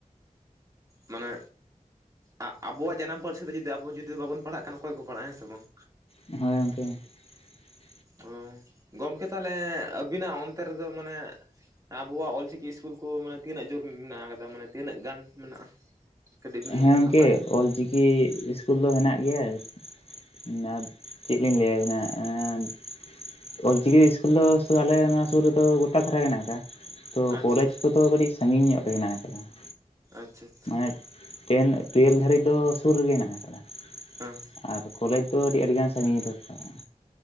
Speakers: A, on the right; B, on the left.
A: ᱢᱟᱱᱮ ᱟ ᱟᱵᱚᱣᱟᱜ ᱡᱟᱱᱟᱢ ᱯᱟᱹᱨᱥᱤ ᱛᱮ ᱡᱩᱫᱤ ᱟᱵᱚ ᱡᱩᱫᱤ ᱵᱟᱵᱚᱱ ᱯᱟᱲᱦᱟᱜ ᱠᱷᱟᱱ ᱚᱠᱚᱭ ᱠᱚ ᱯᱟᱲᱦᱟᱜᱼᱟ ᱦᱮᱸ ᱥᱮ ᱵᱟᱝ?
B: ᱦᱳᱭ ᱜᱚᱝᱠᱮ ᱾ <unintelligible>
A: ᱚ, ᱜᱚᱢᱠᱮ ᱛᱟᱦᱚᱞᱮ ᱟᱹᱵᱤᱱᱟᱜ ᱚᱱᱛᱮ ᱨᱮᱫᱚ ᱢᱟᱱᱮ ᱟᱵᱚᱣᱟᱜ ᱚᱞᱪᱤᱠᱤ ᱤᱥᱠᱩᱞ ᱠᱚ ᱢᱟᱱᱮ ᱛᱤᱱᱟᱹᱜ ᱡᱳᱨ ᱢᱮᱱᱟᱜ ᱟᱠᱟᱫᱟ ᱢᱟᱱᱮ ᱛᱤᱱᱟᱹᱜ ᱜᱟᱱ ᱢᱮᱱᱟᱜᱼᱟ? ᱠᱟᱹᱴᱤᱡ ᱵᱤᱱ ᱞᱟᱹᱭ
B: ᱦᱮᱸ
A: ᱞᱮᱠᱷᱟᱱ
B: ᱜᱚᱝᱠᱮ
A: ᱱᱟᱯᱟᱭ ᱠᱚᱜᱼᱟ
B: ᱚᱞᱪᱤᱠᱤ ᱤᱥᱠᱩᱞ ᱫᱚ ᱦᱮᱱᱟᱜ ᱜᱮᱭᱟ ᱾ ᱟᱨ ᱪᱮᱫ ᱞᱤᱧ ᱞᱟᱹᱭᱟ ᱵᱤᱱᱟ ᱮᱸᱫ ᱚᱞᱪᱤᱠᱤ ᱤᱥᱠᱩᱞ ᱫᱚ <unintelligible> ᱟᱞᱮ ᱱᱚᱣᱟ ᱥᱩᱨ ᱨᱮᱫᱚ ᱜᱚᱴᱟ ᱫᱷᱟᱨᱟ ᱜᱮ ᱦᱮᱱᱟᱜ ᱟᱠᱟᱜᱼᱟ ᱾ ᱛᱚ
A: ᱟᱪᱪᱷᱟ
B: ᱠᱚᱞᱮᱡᱽ ᱠᱚᱫᱚ ᱠᱟᱹᱴᱤᱡ ᱥᱟᱺᱜᱤᱧ ᱧᱚᱜ ᱨᱮ ᱦᱮᱱᱟᱜ ᱟᱠᱟᱫᱟ ᱾
A: ᱟᱪᱪᱷᱟ ᱟᱪᱪᱷᱟ ᱾
B: ᱟᱪ ᱴᱮᱱ ᱴᱩᱭᱮᱞ ᱫᱷᱟᱹᱨᱤᱡ ᱫᱚ ᱥᱩᱨ ᱨᱮᱜᱮ ᱦᱮᱱᱟᱜ ᱟᱠᱟᱫᱟ ᱾
A: ᱦᱮᱸ᱾
B: ᱟᱨ ᱠᱚᱞᱮᱡᱽ ᱫᱚ ᱟᱹᱰᱤ ᱟᱹᱰᱤᱜᱟᱱ ᱥᱟᱺᱜᱤᱧᱨᱮ ᱛᱟᱦᱮ-ᱟ